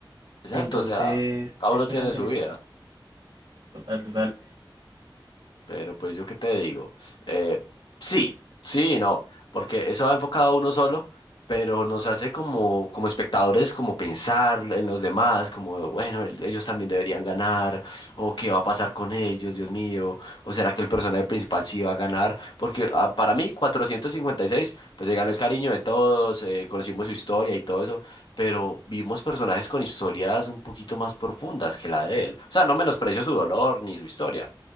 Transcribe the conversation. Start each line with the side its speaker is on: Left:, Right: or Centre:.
Left: Exacto,
Right: Entonces,
Left: o sea, cada
Right: es
Left: uno tiene
Right: una serie
Left: su vida.
Right: muy buena. Total, total.
Left: Pero pues yo qué te digo, eh, sí, sí, y no, porque eso va enfocado a uno solo, pero nos hace como, como espectadores, como pensar en los demás, como, bueno, el- ellos también deberían ganar, o qué va a pasar con ellos, Dios mío, o será que el personaje principal sí va a ganar, porque ah, para mí 456, pues se ganó el cariño de todos, eh, conocimos su historia y todo eso, pero vimos personajes con historias un poquito más profundas que la de él, o sea, no menosprecio su dolor ni su historia